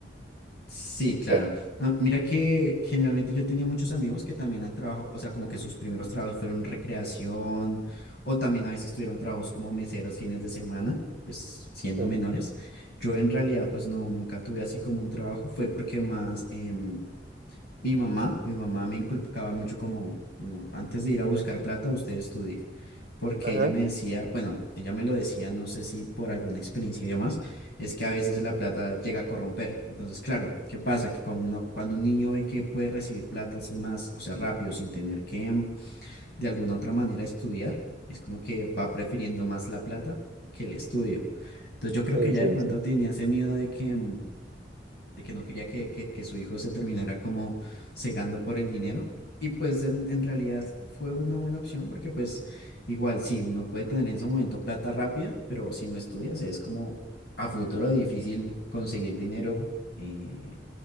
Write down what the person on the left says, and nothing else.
Sí, claro.
Ah, mira que generalmente yo tenía muchos amigos que también han trabajado, o sea, como que sus primeros trabajos fueron recreación o también a veces tuvieron trabajos como meseros fines de semana, pues siendo
menores. Yo en realidad pues no, nunca tuve así como un trabajo, fue porque más... em, Mi mamá, mi mamá me inculcaba mucho como, no, antes de ir a buscar plata, usted estudie, porque
ella me decía, bueno, ella me lo decía, no sé si por alguna experiencia y demás, es que a veces la plata llega a corromper. Entonces, claro, ¿qué pasa? Que cuando, uno- cuando un niño ve que puede recibir plata así más, o sea, rápido, sin tener que mm, de alguna otra manera estudiar, es como que va prefiriendo más la plata que el estudio. Entonces, yo creo
que ya
de pronto
tenía ese miedo de que... mm, de que no quería que, que- que su hijo se terminara como cegando por el dinero. Y pues en, en realidad fue una buena opción porque pues igual sí, uno puede tener en ese momento plata rápida, pero si no estudias es como a futuro difícil conseguir dinero eh,